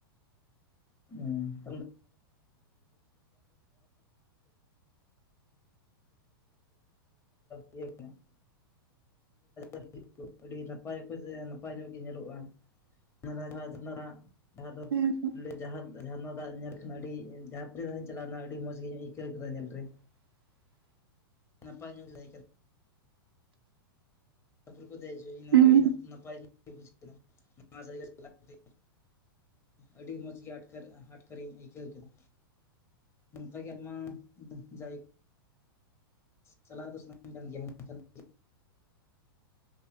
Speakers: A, on the left; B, on the right.
A: ᱩᱸ <inaudible> <inaudible> <inaudible> ᱟᱹᱰᱤ ᱱᱟᱯᱟᱭ ᱚᱠᱛᱚ ᱥᱮ ᱱᱟᱯᱟᱭ ᱧᱚᱜ ᱜᱮ ᱧᱮᱞᱚᱜ-ᱟ <inaudible> ᱡᱟᱦᱟ ᱫᱚ
B: <inaudible>
A: ᱡᱟᱦᱟᱸ ᱡᱷᱟᱨᱱᱟ ᱫᱟᱜ ᱧᱮᱞ <inaudible> ᱪᱟᱞᱟᱱᱟ ᱟᱹᱰᱤ ᱢᱚᱸᱡᱽ ᱜᱤᱧ ᱟᱹᱭᱠᱟᱹᱣ ᱠᱮᱫᱟ ᱧᱮᱞ ᱨᱮ
B: <inaudible>
A: ᱱᱟᱯᱟᱭ ᱧᱚᱜ ᱞᱟᱹᱭ ᱠᱮᱫ ᱛᱟᱨᱯᱚᱨᱮ ᱫᱮᱡ ᱡᱚᱭᱱᱟ
B: ᱦᱩᱸ
A: ᱟᱹᱰᱤ ᱱᱟᱯᱟᱭ ᱱᱟᱯᱟᱭ <inaudible> ᱱᱚᱣᱟ ᱡᱟᱭᱜᱟ ᱪᱟᱞᱟᱣ ᱠᱟᱛᱮ ᱟᱹᱰᱤ ᱢᱚᱡᱽ ᱢᱚᱡᱽ ᱜᱮ ᱟᱴᱠᱟᱨ, ᱟᱴᱠᱟᱨᱤᱧ ᱟᱹᱭᱠᱟᱹᱣ ᱠᱮᱫᱟ᱾ ᱱᱚᱝᱠᱟ ᱜᱮ ᱟᱭᱢᱟ ᱡᱟᱭᱜᱟ ᱪᱟᱞᱟᱣ ᱫᱚ ᱥᱟᱱᱟᱧ ᱠᱟᱱ ᱜᱮᱭᱟ ᱢᱮᱱᱠᱷᱟᱱ <inaudible>